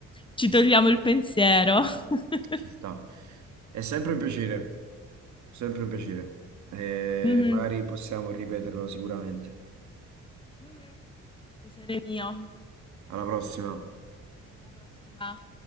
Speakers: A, on the left; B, on the right.
A: ci
B: ci
A: togliamo
B: sta.
A: il pensiero. <laughs>
B: Ci sta. È sempre un piacere, sempre un piacere. Mm. E
A: Mhm.
B: magari possiamo ripeterlo sicuramente.
A: Mhm. Mio.
B: Alla prossima.
A: Alla prossima.